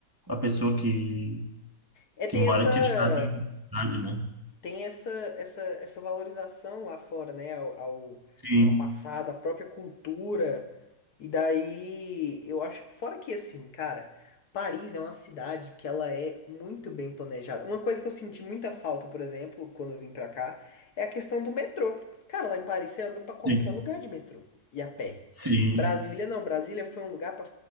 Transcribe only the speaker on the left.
É, tem
essa.
tem essa, essa, essa valorização lá fora, né? Ao, ao,
ao passado, à própria cultura. E daí, eu acho, fora que assim, cara, Paris é uma cidade que ela é muito bem planejada. Uma coisa que eu senti muita falta, por exemplo, quando eu vim pra cá, é a questão do metrô. Cara, lá em Paris você anda pra qualquer
lugar de metrô e a pé.
Brasília não, Brasília foi um lugar pra,